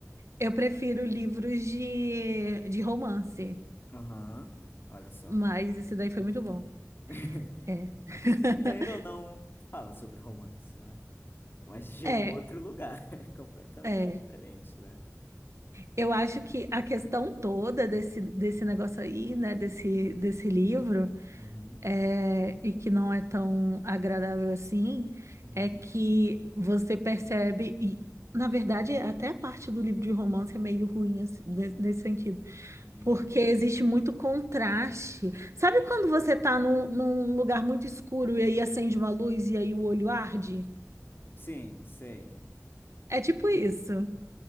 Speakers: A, on the right (about 60°); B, on the left (about 40°).
A: Eu prefiro livros de, de romance,
B: Aham. Olha só.
A: mas esse daí foi muito bom.
B: <laughs>
A: É. <laughs>
B: Que querendo ou não, fala sobre romance, né? Mas de
A: É,
B: um outro lugar, <laughs> completamente
A: é.
B: diferente, né?
A: Eu acho que a questão toda desse, desse negócio aí, né, desse, desse livro,
B: Uhum,
A: é, e que não é tão agradável assim,
B: uhum,
A: é que você percebe, e na verdade, até a parte do livro de romance é meio ruim assim, ne- nesse sentido.
B: uhum.
A: Porque existe muito contraste. Sabe quando você tá num, num lugar muito escuro e aí acende uma luz e aí o olho arde?
B: Sim, sei.
A: É tipo isso.